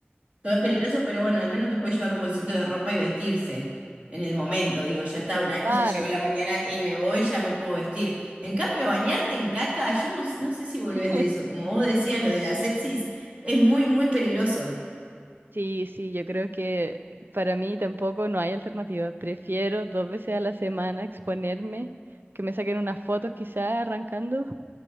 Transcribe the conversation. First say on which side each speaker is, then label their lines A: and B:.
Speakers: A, on the right; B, on the right.
A: Todo es peligroso, pero bueno, al menos te puedes llevar un bolsito de ropa y vestirse en el momento. Digo, ya está, una vez
B: Claro.
A: que ya llegó la mañana y me voy, ya me puedo vestir. En cambio, bañarte en caca, yo no, no sé si
B: <laughs>
A: volvés de eso. Como vos decías, lo de la sepsis es muy, muy peligroso.
B: Sí, sí, yo creo que para mí tampoco no hay alternativa. Prefiero dos veces a la semana exponerme, que me saquen unas fotos quizás arrancando,